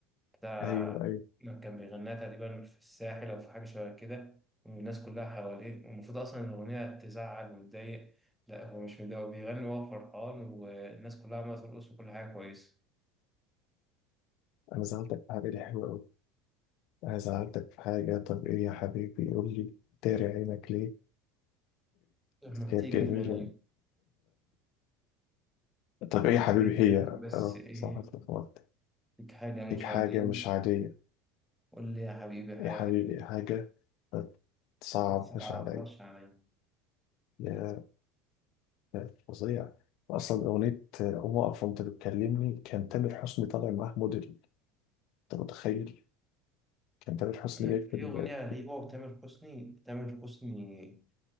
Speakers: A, in the centre; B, on the left.
A: ده
B: أيوه أيوه
A: كان بيغنيها تقريبا في الساحل أو في حاجة شبه كده والناس كلها حواليه والمفروض أصلا إن الأغنية تزعل وتضايق لا هو مش متضايق هو بيغني وهو فرحان والناس كلها عمالة ترقص وكل حاجة كويسة.
B: أنا زعلتك في حاجة دي حلوة أوي أنا زعلتك في حاجة طب إيه يا حبيبي يقول لي داري عينك ليه
A: لما
B: كانت
A: بتيجي
B: جميلة
A: في عيني
B: طب
A: وحبيتك
B: ايه يا حبيبي هي
A: بس
B: اه
A: إيه
B: صح اتلخبطت
A: فيك حاجة
B: هيك
A: مش
B: حاجة
A: عادية
B: مش عادية
A: قول لي يا حبيبي
B: إيه
A: حاجة
B: يا حبيبي إيه حاجة صعب
A: ما تصعبهاش
B: مش عليا
A: عليا
B: يا يا فظيع أصلا أغنية قوم أقف وأنت بتكلمني كان تامر حسني طالع معاه موديل أنت متخيل كان تامر حسني
A: أنا-
B: جاي في
A: في
B: ال...
A: أغنية غريبة وتامر حسني تامر حسني